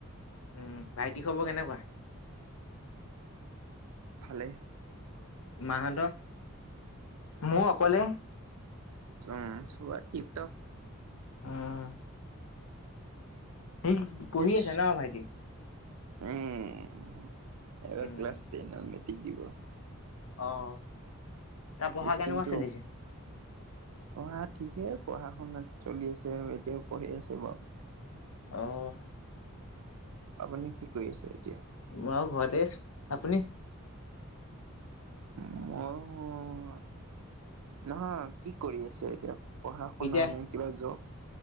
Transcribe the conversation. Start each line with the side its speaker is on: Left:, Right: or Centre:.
Left: উম। ভাইটি খবৰ কেনেকুৱা?
Right: ভালে।
Left: মা হদ ম অকলে।
Right: অ' সব টিপ টপ।
Left: উম। সি পঢ়ি
Right: পিছ
Left: আছো ন ভাইটি
Right: উম। এবাৰ
Left: উম
Right: ক্লাছ টেন অ'। তি দিব
Left: অ'। তাৰ পঢ়া
Right: স্কিমটো
Left: কেনেকুৱা চলিছে?
Right: পঢ়া ঠিকে পঢ়া শুনাত চলি আছে আৰু এতিয়াও পঢ়ি আছে বাৰু।
Left: অ'।
Right: আপুনি কি কৰি আছে এতিয়া?
Left: মই ঘৰতে আছো। আপুনি?
Right: মই নহয় কি কৰি আছে এতিয়া? পঢ়া শুনা
Left: এতিয়া
Right: নাই কিবা যব?